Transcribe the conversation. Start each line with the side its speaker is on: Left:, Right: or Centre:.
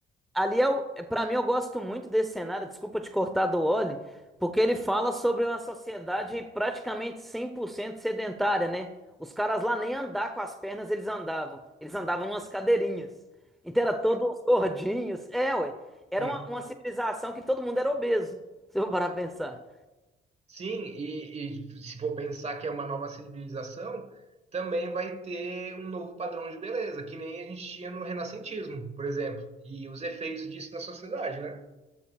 Centre: ali é o, para mim eu gosto muito desse cenário, desculpa te cortar do Oli, porque ele fala sobre uma sociedade praticamente 100% sedentária, né? Os caras lá nem andar com as pernas eles andavam, eles andavam numas cadeirinhas. Então era todos gordinhos, é, ué. Era
Right: um
Centre: uma, uma civilização que todo mundo era obeso, se eu parar pra pensar.
Right: Sim, e, e se for pensar que é uma nova civilização, também vai ter um novo padrão de beleza, que nem a gente tinha no renascentismo, por exemplo, e os efeitos disso na sociedade, né?